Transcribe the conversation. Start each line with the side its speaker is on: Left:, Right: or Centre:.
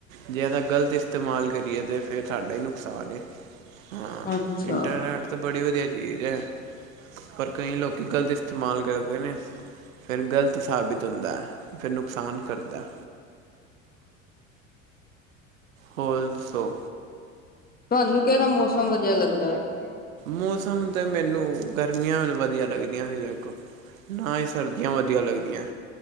Right: ਜੇ ਗਲਤ ਇਸਤੇਮਾਲ ਕਰੀਏ ਤਾਂ ਫੇਰ ਸਾਡਾ ਈ ਨੁਕਸਾਨ ਏ, ਹਾਂ।
Left: ਅੱਛਾ
Right: ਏ ਤਾਂ ਬੜੀ ਵਧੀਆ ਚੀਜ਼ ਹੈ, ਪਰ ਕਈ ਲੋਕ ਗਲਤ ਇਸਤੇਮਾਲ ਕਰਦੇ ਨੇ। ਫਿਰ ਗਲਤ ਸਾਬਿਤ ਹੁੰਦਾ ਹੈ, ਫਿਰ ਨੁਕਸਾਨ ਕਰਦਾ ਹੈ। ਹੋਲ ਸੋ
Left: ਤੁਹਾਨੂੰ ਕਿਹੜਾ ਮੌਸਮ ਵਧੀਆ ਲੱਗਦਾ ਹੈ, ਮੈਂ ਕੇਹਾ
Right: ਮੌਸਮ ਤੇ ਮੈਨੂੰ ਗਰਮੀਆਂ ਵਧੀਆ ਲੱਗਦੀਆਂ ਨੇ, ਦੇਖੋ। ਨਾ ਹੀ ਸਰਦੀਆਂ ਵਧੀਆ ਲੱਗਦੀ ਐ